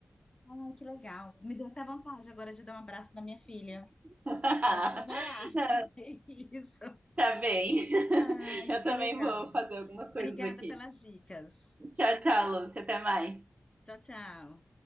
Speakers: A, on the left; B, on the right.
A: Ai, que legal, me deu até vontade agora de dar um abraço na minha filha,
B: <laughs>
A: acho que eu vou lá
B: Tá
A: <laughs> fazer isso.
B: tá bem. <laughs>
A: Ai,
B: Eu
A: que
B: também
A: legal,
B: vou fazer algumas
A: obrigada
B: coisas aqui.
A: pelas dicas,
B: Tchau, tchau, Lúcia, até mais.
A: tchau, tchau.